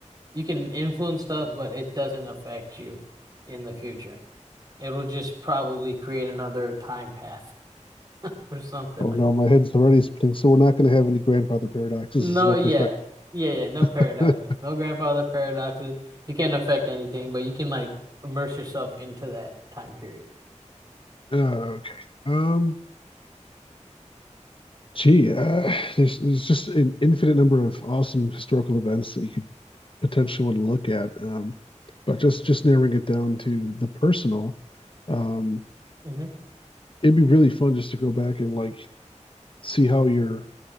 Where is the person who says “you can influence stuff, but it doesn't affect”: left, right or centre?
Right